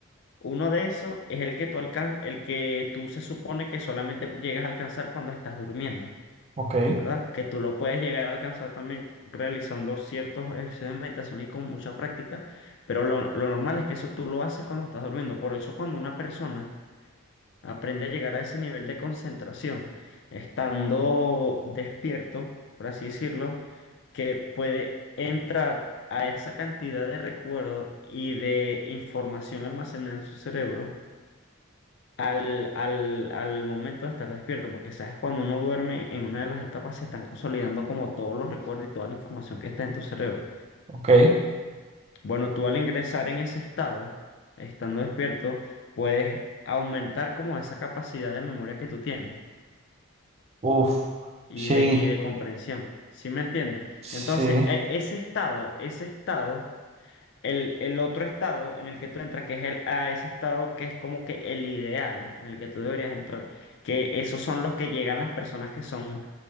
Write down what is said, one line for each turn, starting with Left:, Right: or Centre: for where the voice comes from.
Left: uno de esos es el que tú alcan- el que tú se supone que solamente llegas a alcanzar cuando estás durmiendo.
Right: Ok,
Left: ¿verdad? Que tú lo puedes llegar a alcanzar también realizando ciertos ejercicios de meditación y con mucha práctica, pero lo, lo normal es que eso tú lo haces cuando estás durmiendo. Por eso cuando una persona aprende a llegar a ese nivel de concentración, estando despierto, por así decirlo, que puede entrar a esa cantidad de recuerdo y de información almacenada en su cerebro al, al, al momento de estar despierto, porque sabes, cuando uno duerme en una de las etapas se están consolidando como todos los recuerdos y toda la información que está en tu cerebro.
Right: ok.
Left: Bueno, tú al ingresar en ese estado, estando despierto, puedes aumentar como esa capacidad de memoria que tú tienes
Right: Uf,
Left: y
Right: sí,
Left: de, y de comprensión. ¿Sí me entiendes?
Right: sí,
Left: Entonces, e- ese estado, ese estado El, el otro estado en el que tú entras, que es el, a ese estado que es como que el ideal en el que tú deberías entrar, que esos son los que llegan las personas que son